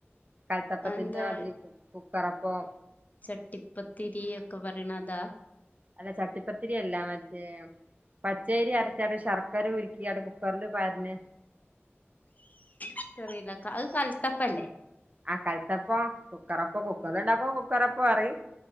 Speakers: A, on the right; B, on the left.
A: കല്ത്തപ്പത്തിന്റെ
B: എന്താ
A: മതിരി കുക്കറപ്പം
B: ചട്ടിപ്പത്തിരി ഒക്കെ പറിണ താ
A: അല്ല ചട്ടിപ്പത്തിരിയല്ല മറ്റേ പച്ചേരി അരച്ചാണ്ട് ശർക്കര ഉരുക്കിയാണ്ട് കുക്കറില് പാര്നെ
B: ഇക്കിറിയുല അഹ് കല്തപ്പല്ലേ
A: ആ കല്ത്തപ്പം കുക്കറപ്പ കുക്കറില് ണ്ടാക്കുമ്പം കുക്കറപ്പ അറി